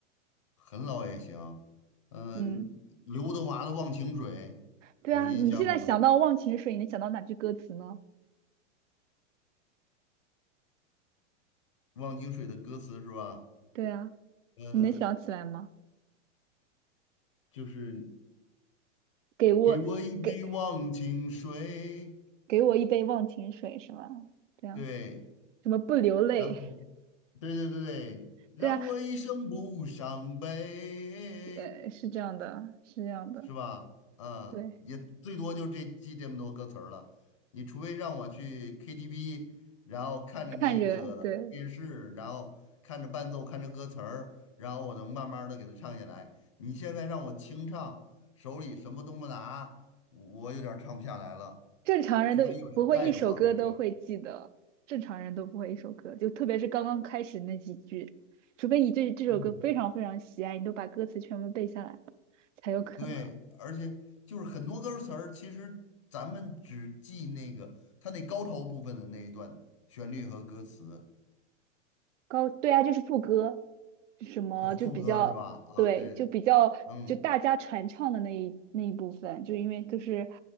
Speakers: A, on the left; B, on the right.
A: 很老也行。嗯、
B: 嗯，
A: 刘德华的《忘情水》
B: 对啊，
A: 有印象吗？
B: 你现在想到《忘情水》，你能想到哪句歌词呢？
A: 《忘情水》的歌词是吧？
B: 对啊，
A: 嗯，
B: 你能想起来吗？
A: 就是。
B: 给我给
A: 给我一杯忘情水，
B: 给我一杯忘情水是吧？对啊，
A: 对，
B: 什么不流泪？
A: 然后，对对对对，让我一生不伤悲，
B: <laughs> 对啊，呃，是这样的，是这样的。
A: 是吧？啊，
B: 对，
A: 也最多就这记这么多歌词儿了。你除非让我去 KTV，然后看着那个电视，
B: 看着对，
A: 然后看着伴奏，看着歌词儿，然后我能慢慢的给它唱下来。你现在让我清唱，手里什么都不拿，我我有点儿唱不下来了。
B: 正常人都不会一首歌都会记得，
A: 除非有人带着我，还可
B: 正常人都不会一首歌，就特别是刚刚开始那几句，除非你对这首歌非常非常喜爱，
A: 以。
B: 你都把歌词全部背下来了，才有可能。
A: 对，而且就是很多歌词儿，其实咱们只记那个它那高潮部分的那一段旋律和歌词，
B: 高，对啊，就是副歌，什么就比较，
A: 呃副歌是吧？啊，
B: 对，
A: 对，
B: 就比较就大家传唱的那一那一部分，
A: 嗯
B: 就因为都是